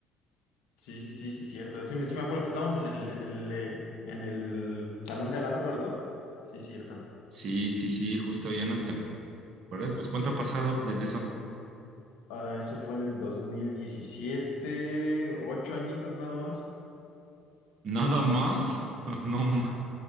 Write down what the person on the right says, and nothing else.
sí, sí, sí, justo ya no te acuerdas. Pues ¿cuánto ha pasado desde eso?
¿Nada más? <laughs> No más.